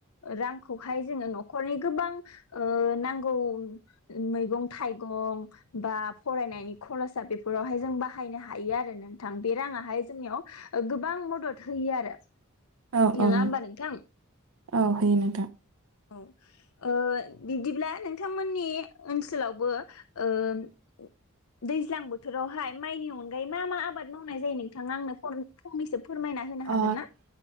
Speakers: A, on the left; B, on the right.
A: रांखौहाय जोङो न'खरनि गोबां ओ नांगौ मैंगं थाइ गं बा फरायनायनि खरसा बेफोरावहाय जों बाहायनो हायो आरो नोंथां बे राङाहाय जोंनियाव गोबां मदद होयो आरो
B: औ औ
A: नोङा होमबा नोंथां
B: औ होयो नोंथां
A: औ ओ बिदिब्ला नोंथांमोननि ओनसोलावबो ओ दैज्लां बोथोरावहाय माइनि अनगायै मा मा आबाद मावनाय जायो नोंथाङा आंनो फंनैसो फोरमायना होनो हागोन
B: अ
A: ना?